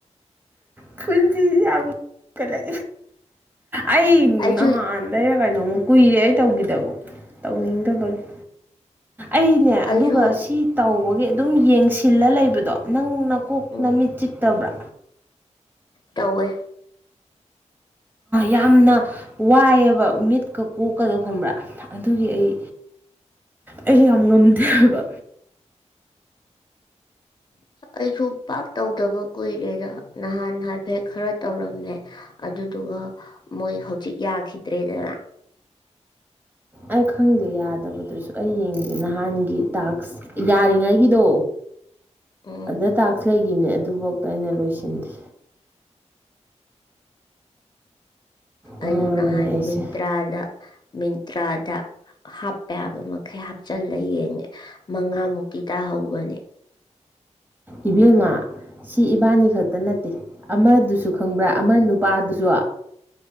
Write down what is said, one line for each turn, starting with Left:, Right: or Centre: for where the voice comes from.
Right: ꯄꯨꯟꯁꯤꯁꯦ ꯌꯥꯝ ꯇꯜꯛꯑ‌ꯦ ꯑꯩ
Left: ꯑꯩꯁꯨ
Right: ꯅꯍꯥꯟꯗꯩꯔꯥ ꯀꯩꯅꯣꯝꯃ ꯀꯨꯏꯔꯦ ꯑꯩ ꯇꯧꯈꯤꯗꯕ ꯇꯧꯅꯤꯡꯗꯕꯒꯤ ꯑꯩꯅꯦ
Left: ꯑꯩꯁꯨ
Right: ꯑꯗꯨꯒ ꯁꯤ ꯇꯧꯕꯒꯤ ꯑꯗꯨꯝ ꯌꯦꯡꯁꯤꯜꯂ ꯂꯩꯕꯗꯣ ꯅꯪ ꯅꯞ ꯀꯣꯛ
Left: ꯎꯝ
Right: ꯅꯃꯤꯠ ꯆꯤꯛꯇꯕ꯭ꯔꯥ
Left: ꯇꯧꯋꯦ
Right: ꯌꯥꯝꯅ ꯋꯥꯏꯑꯦꯕ ꯃꯤꯠꯀ ꯀꯣꯛꯀꯗꯣ ꯈꯪꯕ꯭ꯔꯥ ꯑꯗꯨꯒꯤ ꯑꯩ ꯑꯩ ꯌꯥꯝ ꯉꯝꯗꯦꯕ
Left: ꯑꯩꯁꯨ ꯄꯥꯛ ꯇꯧꯗꯕ ꯀꯨꯏꯔꯦꯗ ꯅꯍꯥꯟ ꯍꯥꯏꯐꯦꯠ ꯈꯔ ꯇꯧꯔꯝꯃꯦ ꯑꯗꯨꯗꯨꯒ ꯃꯣꯏ ꯍꯧꯖꯤꯛ ꯌꯥꯈꯤꯗ꯭ꯔꯦꯗꯅ
Right: ꯑꯩ ꯈꯪꯗꯦ ꯌꯥꯗꯕꯗꯨꯁꯨ ꯑꯩ ꯌꯦꯡꯗꯦ ꯅꯍꯥꯟꯒꯤ ꯇꯥꯛꯁ ꯌꯥꯔꯤꯉꯩꯒꯤꯗꯣ
Left: ꯎꯝ
Right: ꯑꯗ ꯇꯥꯛꯁ ꯂꯩ ꯒꯤꯅꯦ ꯑꯗꯨꯐꯧꯗ ꯑꯩꯅ ꯂꯣꯏꯁꯤꯟꯗꯦ ꯉꯥꯎꯔꯕꯅꯦ
Left: ꯑꯩꯌꯨ ꯅꯍꯥꯟ
Right: ꯑꯩꯁꯦ
Left: ꯃꯤꯟꯇ꯭ꯔꯥꯗ ꯃꯤꯟꯇ꯭ꯔꯥꯗ ꯍꯥꯞꯄ ꯌꯥꯕ ꯃꯈꯩ ꯍꯥꯞꯆꯤꯜꯂ ꯌꯦꯡꯉꯦ ꯃꯉꯥꯃꯨꯛꯇꯤ ꯇꯥꯍꯧꯕꯅꯦ
Right: ꯏꯕꯦꯝꯃ ꯁꯤ ꯏꯕꯥꯅꯤ ꯈꯛꯇ ꯅꯠꯇꯦ ꯑꯃꯗꯨꯁꯨ ꯈꯪꯕ꯭ꯔꯥ ꯑꯃ ꯅꯨꯄꯥꯗꯨꯁꯨ